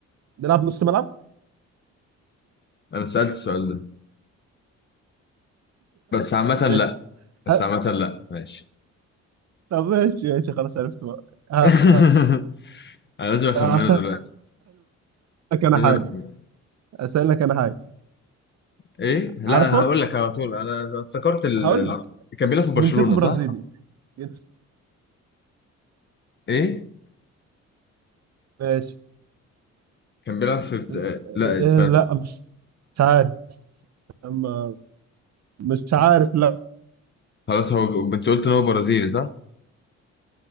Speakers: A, on the right; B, on the left.
A: نلعب نص ملعب
B: انا سألت السؤال ده بس عامة لا
A: ماشي
B: بس
A: ه-
B: عامة لا ماشي
A: طب ماشي ماشي خلاص عرفت بقى ه-
B: <laughs> انا لازم اخمنه
A: هسهل
B: دلوقتي
A: لك انا
B: لازم
A: حاجه
B: اخمنه
A: هسهل لك انا حاجه
B: ايه لا
A: عارفه
B: انا هقول لك على طول انا افتكرت ال...
A: هقول لك
B: ال- كان بيلعب في برشلونة
A: جنسيته برازيلي
B: صح
A: جنس
B: ايه
A: ماشي
B: كان بيلعب في بت...
A: إيه-
B: لا
A: إيه-
B: استنى
A: لا مش مش عارف أما مش عارف لا
B: خلاص هو انت قلت ان هو برازيلي صح